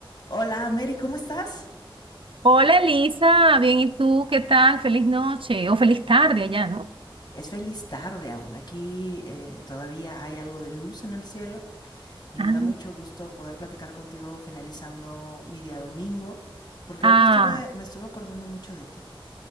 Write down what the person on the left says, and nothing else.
Hola Mary, ¿cómo estás?
Es feliz tarde aún. Aquí eh, todavía hay algo de luz en el cielo y
me da mucho gusto poder platicar contigo finalizando mi día domingo, porque
hoy me estuve, me estuve acordando mucho de ti.